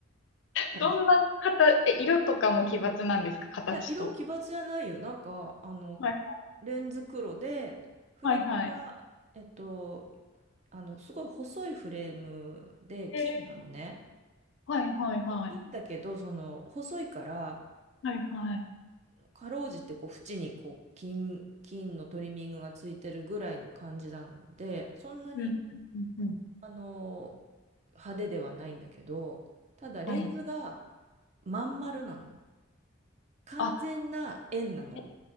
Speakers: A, on the right; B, on the left.
A: 感じ。
B: どんな方、
A: い
B: え、色とかも奇抜なんですか形と。
A: や、色奇抜じゃないよ。なんか、あの、
B: はい、
A: レンズ黒で、フレームが、
B: はいはい。
A: えっと、あの、すごい細いフレームで、金なのね。
B: えー、はいはいはい。
A: 金だけど、その、細いから、
B: はいはい。
A: かろうじてこう縁にこう金、金のトリミングがついてるぐらいの感じなんで、そんなに
B: うん、うん、うんうん。
A: あの派手ではないんだけど、ただレンズが
B: はい。
A: まん丸なの。完全な円なの。
B: あ、え